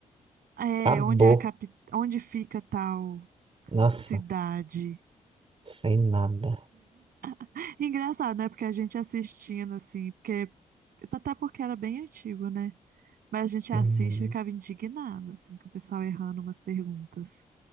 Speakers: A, on the right; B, on the right.
A: É,
B: acabou.
A: onde é a capi... onde fica tal
B: Nossa,
A: cidade?
B: sem nada.
A: <laughs> Engraçado, né? Porque a gente assistindo, assim, porque até porque era bem antigo, né? Mas a gente
B: Sim.
A: assiste e ficava indignado, assim, com o pessoal errando umas perguntas.